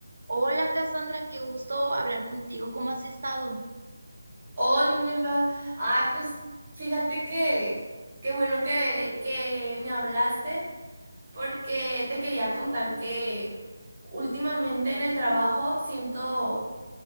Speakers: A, on the right (about 65°); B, on the right (about 25°).
A: Hola Cassandra, qué gusto hablar contigo. ¿Cómo has estado?
B: Hola, Inelva. Ay, pues fíjate que qué bueno que, que me hablaste porque te quería contar que últimamente en el trabajo siento,